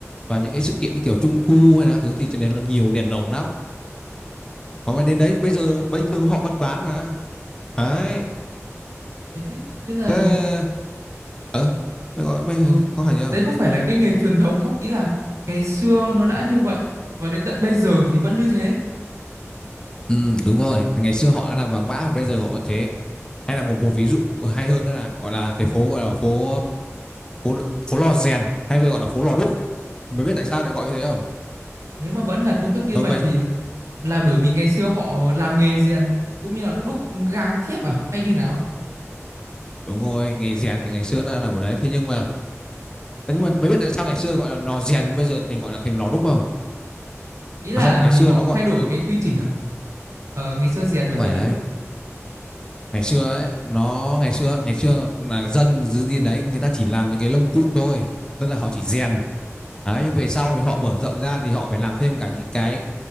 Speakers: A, on the left; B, on the right.
A: và những cái sự kiện như kiểu trung thu hay là các thứ thì trên đấy là nhiều đèn lồng lắm mà mày đến đấy bây giờ bình thường họ vẫn bán mà đấy
B: Thế, thế là
A: thế ờ mày có mày
B: ừ,
A: có hỏi gì không
B: đấy có phải là cái nghề truyền thống không? Ý là ngày xưa nó đã như vậy và đến tận bây giờ thì vẫn như thế.
A: Ừ, đúng rồi. Ngày xưa họ đã làm vàng mã và bây giờ họ vẫn thế. Hay là một một ví dụ hay hơn nữa là gọi là cái phố gọi là phố phố phố lò rèn hay bây gọi là phố lò đúc. Mày biết tại sao lại gọi như thế không?
B: Nếu mà vẫn là công thức như
A: Ờ
B: vậy
A: mày
B: thì à, là bởi vì ngày xưa họ làm nghề rèn cũng như là đúc gang thiếp à hay như nào?
A: đúng rồi, nghề rèn thì ngày xưa nó làm ở đấy. Thế nhưng mà nhưng mà mày biết tại sao ngày xưa gọi là lò rèn bây giờ thành gọi là thành lò đúc không?
B: Ý là
A: À không, ngày
B: vì
A: xưa
B: họ
A: nó gọi
B: thay đổi
A: ừ,
B: cái quy trình à? Ờ, ngày xưa rèn mà
A: không
B: giờ
A: phải
B: đi
A: đấy.
B: đúc
A: Ngày xưa ấy, nó ngày xưa ngày xưa là dân dưới điên đấy, người ta chỉ làm những cái lông cụ thôi. Tức là họ chỉ rèn Đấy, nhưng về sau thì họ mở rộng ra thì họ phải làm thêm cả những cái